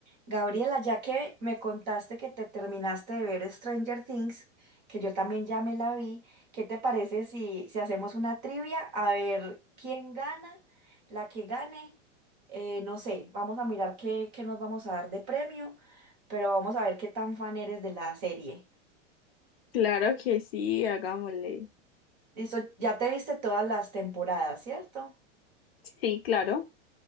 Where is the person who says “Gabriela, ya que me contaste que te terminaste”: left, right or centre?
Right